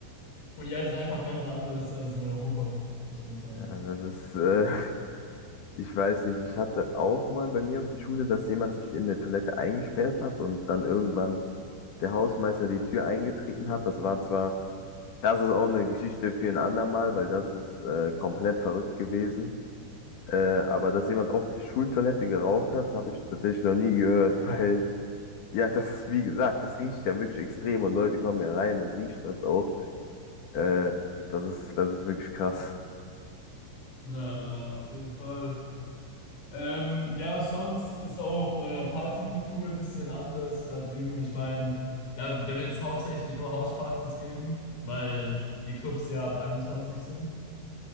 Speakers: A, on the left; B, on the left.
A: Und ja, das ist einfach ganz anders als in Europa, muss man sagen.
B: Ja, das ist, äh, <laughs> ich weiß nicht, ich hatte auch mal bei mir auf der Schule, dass jemand sich in der Toilette eingesperrt hat und dann irgendwann der Hausmeister die Tür eingetreten hat. Das war zwar, das ist auch eine Geschichte für ein andermal, weil das ist äh, komplett verrückt gewesen. Äh, aber dass jemand auf der Schultoilette geraucht hat, habe ich tatsächlich noch nie gehört, <laughs> weil, ja, das, wie gesagt, das riecht ja wirklich extrem und Leute kommen ja rein und riechen das auch. Äh, das ist, das ist wirklich krass.
A: Na, na, auf jeden Fall. Ähm, ja, sonst ist auch äh, Partykultur ein bisschen anders da drüben. Ich meine, da, da wird es hauptsächlich nur Hauspartys geben, weil die Clubs ja ab 21 sind.